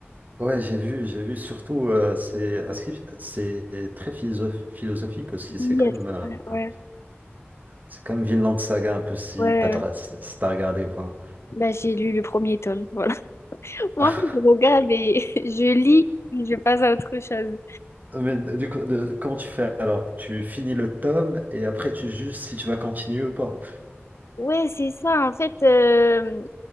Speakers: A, on the right; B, on the left.
A: Ouais, j'ai vu, j'ai vu. Surtout, euh, c'est inscrit- c'est très philosoph- philosophique aussi.
B: Yes,
A: C'est comme, euh,
B: voilà, ouais.
A: c'est comme Vinland Saga un peu si
B: Ouais.
A: t'as si si t'as regardé ou pas.
B: Bah, j'ai lu le premier tome, voilà. <laughs> Moi,
A: <laughs>
B: en fait, je regarde et <laughs> je lis et je passe à autre chose.
A: Mais du coup, de- comment tu fais alors? Tu finis le tome et après tu juges si tu vas continuer ou pas.
B: Ouais, c'est ça. En fait, euh,